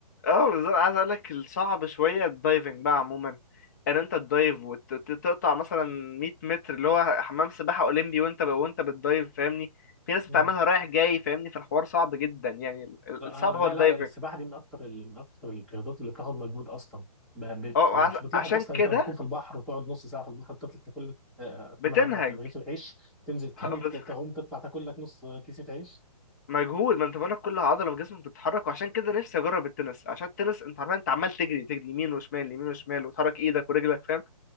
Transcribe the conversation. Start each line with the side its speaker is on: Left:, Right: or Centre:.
Left: اه بالظبط عايز اقول لك الصعب شويه الدايفنج بقى عموما ان انت تدايف وتقطع مثلا 100 متر اللي هو حمام سباحه اولمبي وانت ب... وانت بتدايف فاهمني في ناس
Centre: مم.
Left: بتعملها رايح جاي فاهمني فالحوار صعب جدا يعني ال- ال-
Centre: آه
Left: الصعب هو
Centre: لا
Left: الدايفنج
Centre: لا السباحه دي من اكتر ال- من اكتر الرياضات اللي بتاخد مجهود اصلا ب- بت-
Left: اه وعز-
Centre: مش بتلاحظ
Left: عشان
Centre: اصلا
Left: كده
Centre: انت لما تكون في البحر وتقعد نص ساعه في البحر بتطلع تاكل لك آه،
Left: بتنهج
Centre: ثلاث اربع رغيف العيش تنزل تاني
Left: <laughs>
Centre: ت-
Left: بس
Centre: تعوم تطلع تاكل لك نص كيسه عيش
Left: مجهود ما انت بقولك كل عضله في جسمك بتتحرك وعشان كده نفسي اجرب التنس عشان التنس انت عارف انت عمال تجري تجري يمين وشمال يمين وشمال وتحرك ايدك ورجلك فاهم